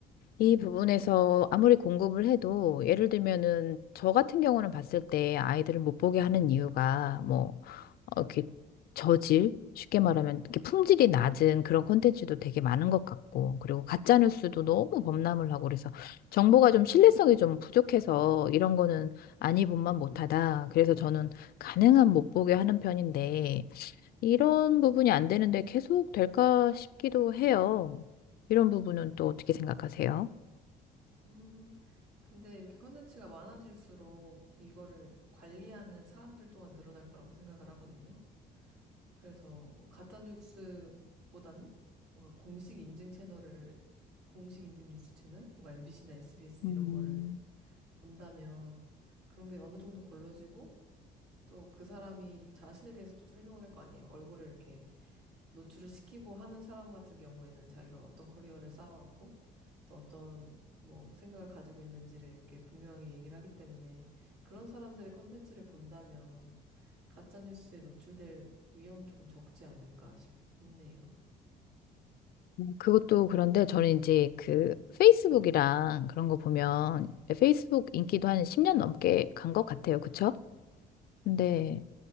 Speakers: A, on the right; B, on the left.
A: 음.
B: 이 부분에서 아무리 공급을 해도 예를 들면은 저 같은 경우는 봤을 때 아이들을 못 보게 하는 이유가 뭐 어, 이렇게 저질, 쉽게 말하면 이렇게 품질이 낮은 그런 콘텐츠도 되게 많은 것 같고, 그리고 가짜 뉴스도 너무 범람을 하고 그래서 정보가 좀 신뢰성이 좀 부족해서 이런 거는 아니 본만 못하다. 그래서 저는 가능한 못 보게 하는 편인데 이런
A: 음.
B: 부분이 안 되는데 계속 될까 싶기도 해요. 이런 부분은 또 어떻게 생각하세요?
A: 음, 근데 이렇게 콘텐츠가 많아질수록 이거를 관리하는 사람들 또한 늘어날 거라고 생각을 하거든요. 그래서 뭐 가짜 뉴스보다는 뭔가 공식 인증 채널을 공식 인증 뉴스 채널, 뭔가 MBC나 SBS
B: 음.
A: 이런 거를 본다면 그런 게 어느 정도 걸러지고 또 그 사람이 자신에 대해서 또 설명을 할 거 아니에요. 얼굴을 이렇게 노출을 시키고 하는 사람 같은 경우에는 자기가 어떤 커리어를 쌓아왔고 또 어떤 뭐 생각을 가지고 있는지를 이렇게 분명히 얘기를 하기 때문에 그런 사람들의 컨텐츠를 본다면 가짜 뉴스에 노출될 위험은 조금 적지 않을까 싶네요.
B: 그것도 그런데 저는 이제 그 페이스북이랑
A: 음,
B: 그런 거 보면 페이스북 인기도 한 10년 넘게 간 것 같아요. 그쵸?
A: 그쵸.
B: 근데